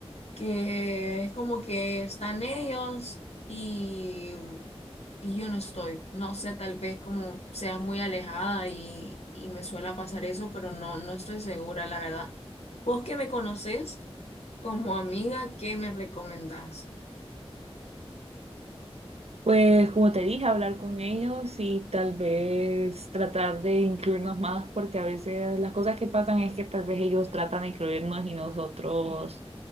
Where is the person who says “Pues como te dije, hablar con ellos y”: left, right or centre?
Right